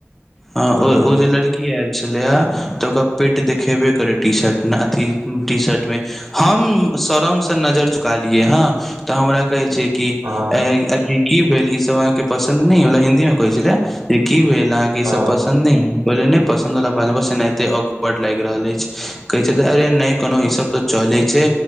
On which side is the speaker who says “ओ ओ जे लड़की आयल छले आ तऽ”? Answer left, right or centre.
Centre